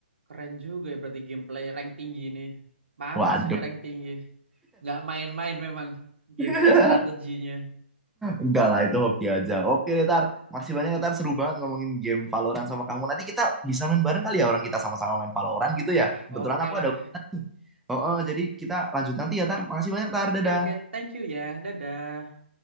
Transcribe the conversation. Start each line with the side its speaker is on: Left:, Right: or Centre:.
Right: keren juga ya berarti gameplay rank tinggi ini pantas
Centre: Waduh.
Right: ini rank tinggi nggak main-main memang gameplay
Centre: <laughs>
Right: strateginya
Centre: Enggak lah, itu hoki aja. Oke deh, Tar. Makasih banyak, ya, Tar. Seru banget ngomongin game Valorant sama kamu. Nanti kita bisa main bareng kali ya, orang kita sama-sama main Valorant gitu
Right: ah
Centre: ya. Kebetulan
Right: oke
Centre: aku
Right: lah
Centre: ada... urusan. Oh, oh, jadi kita lanjut nanti ya, Tar. Makasih banyak, Tar.
Right: oke
Centre: Dadah.
Right: oke thank you ya dadah